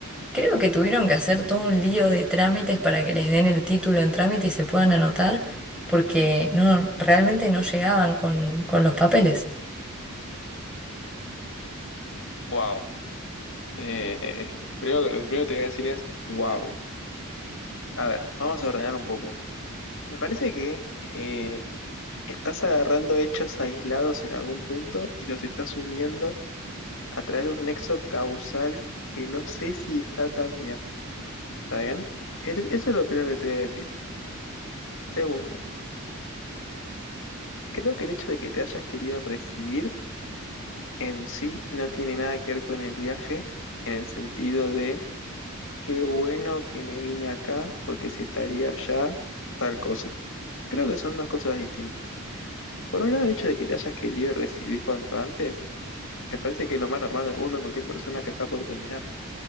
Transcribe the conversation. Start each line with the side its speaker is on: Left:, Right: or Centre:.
Centre: creo que tuvieron que hacer todo un lío de trámites para que les den el título en trámite y se puedan anotar, porque no, realmente no llegaban con, con los papeles.
Left: Wow. Eh, primero, lo que primero te voy a decir es, wow. A ver, vamos a ordenar un poco. Me parece que eh, estás agarrando hechos aislados en algún punto y los estás uniendo a través de un nexo causal que no sé si está tan bien. ¿Está bien? Es- Eso es lo primero que te voy a decir. Segundo, creo que el hecho de que te hayas querido recibir en sí no tiene nada que ver con el viaje, en el sentido de qué bueno que me vine acá, porque si estaría allá, tal cosa. Creo que son dos cosas distintas. Por un lado, el hecho de que te hayas querido recibir cuanto antes, me parece que es lo más normal del mundo en cualquier persona que está por terminar,